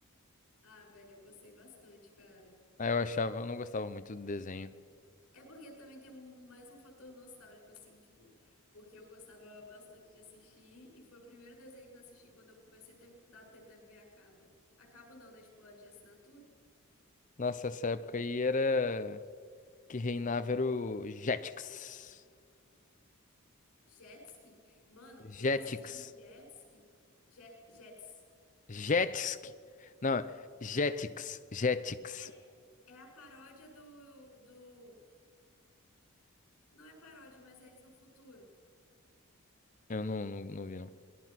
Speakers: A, on the left (about 80°); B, on the left (about 35°).
A: Ah, velho, eu gostei bastante, cara.
B: Aí eu achava, eu não gostava muito do desenho.
A: É porque também tem um, mais um fator nostálgico, assim, tipo, porque eu gostava bastante de assistir e foi o primeiro desenho que eu assisti quando eu comecei a ter, da TTV a cabo. A cabo não, né? Tipo, a de assinatura.
B: Nossa, essa época aí era que reinava era o Jetix.
A: Jetski. Mano,
B: Jetix.
A: eu assisti Jetski. Je, Jets.
B: Jetix. Não, Jetix. Jetix.
A: É, é a paródia do, do Não é paródia, mas é eles no futuro.
B: Eu não, não, não vi, não.